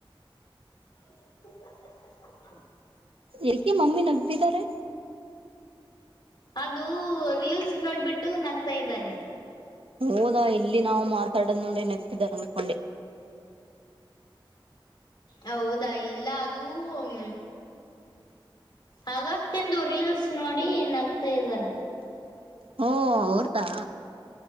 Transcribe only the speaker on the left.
ಉಕಾ ಹ್ಹ ಹ್ಹಾ ಹ್ಹಾ ಕಾನ್
ಅದು ರೀಲ್ಸ್ ನೋಡ್ಬಿಟ್ಟು ನಗ್ತಾ ಇದಾರೆ
ಹೌದಾ ಇಲ್ಲ ಅದು ಹುಂ ಆ ವಯ್ತ್ನಂದಿನ ರೀಲ್ಸ್ ನೋಡಿ ನಗ್ತಾ ಇದ್ದಾರೆ